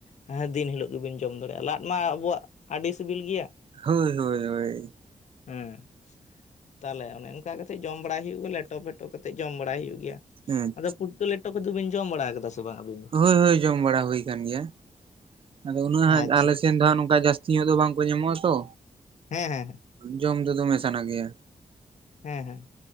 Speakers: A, on the left; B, on the right.
A: ᱦᱮᱸ ᱫᱤᱱ ᱦᱤᱞᱳᱜ ᱜᱮᱵᱮᱱ ᱡᱚᱢ ᱫᱟᱲᱮᱭᱟᱜᱼᱟ ᱞᱟᱫ ᱢᱟ ᱟᱵᱚᱣᱟᱜ ᱟᱹᱰᱤ ᱥᱤᱵᱤᱞ ᱜᱮᱭᱟ
B: ᱦᱚᱭ ᱦᱚᱭ ᱦᱚᱭ
A: ᱦᱮᱸ ᱛᱟᱦᱞᱮ ᱚᱱᱮ ᱚᱱᱠᱟ ᱠᱟᱛᱮᱮᱫ ᱡᱚᱢ ᱵᱟᱲᱲᱟ ᱦᱩᱭᱩᱜ ᱜᱮᱭᱟ ᱞᱮᱴᱚ ᱯᱷᱮᱴᱚ ᱠᱟᱛᱮᱮᱫ ᱡᱚᱢ ᱵᱟᱲᱟᱭ ᱦᱩᱭᱩᱜ ᱜᱮᱭᱟ᱾
B: ᱦᱮᱸ
A: ᱟᱫᱚ ᱯᱩᱴᱠᱟᱹ ᱞᱮᱴᱚ ᱠᱚᱫᱚ ᱵᱤᱱ ᱡᱚᱢ ᱵᱟᱲᱟ ᱠᱟᱫᱟ ᱥᱮ ᱵᱟᱝ ᱟᱹᱵᱤᱱ ᱫᱚ
B: ᱦᱚᱭ ᱦᱚᱭ ᱡᱚᱢ ᱵᱟᱲᱟ ᱦᱩᱭ ᱟᱠᱟᱱ ᱜᱮᱭᱟ ᱟᱫᱚ ᱩᱱᱟᱹᱜ ᱦᱟᱜ
A: ᱟᱪᱪᱷᱟ
B: ᱟᱞᱮᱮᱥᱱ ᱫᱚ ᱦᱜ ᱱᱚᱝᱠᱟ ᱡᱟᱹᱥᱛᱤ ᱤᱭᱟᱹ ᱫᱚ ᱵᱟᱝᱠᱚ ᱧᱟᱢᱚᱜ-ᱟ ᱛᱚ
A: ᱦᱮᱸ ᱦᱮᱸ
B: ᱡᱚᱢ ᱫᱚ ᱫᱚᱢᱮ ᱥᱟᱱᱟ ᱜᱮᱭᱟ
A: ᱦᱮᱸ ᱦᱮᱸ